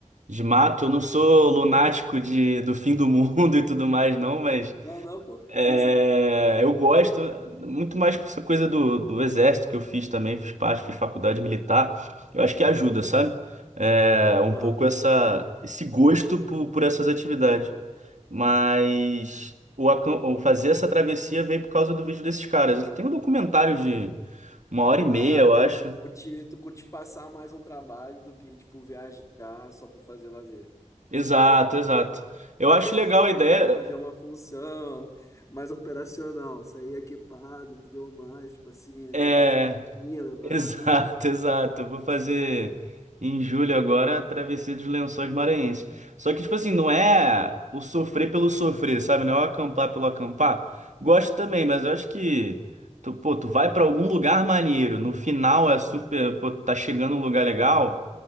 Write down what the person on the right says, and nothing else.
de mato. Eu não sou lunático de, do fim do mundo <laughs> e tudo mais, não, mas
é,
eu gosto muito mais por essa coisa do, do exército que eu fiz também, fiz parte, fiz faculdade militar. Eu acho que ajuda, sabe? É, um
pouco essa, esse gosto por, por essas atividades. Mas o, acam- o fazer essa travessia veio por causa do vídeo desses caras. Ele tem um documentário de uma hora e
meia, eu
acho.
Exato, exato. Eu acho legal
a ideia.
é,
Exato,
<laughs> exato. Vou fazer em julho agora a travessia dos Lençóis Maranhenses. Só que, tipo assim, não é o sofrer pelo sofrer, sabe? Não é o acampar pelo acampar. Gosto também, mas eu acho que tu, pô, tu vai pra algum lugar maneiro. No final é super, pô, tá chegando um lugar legal,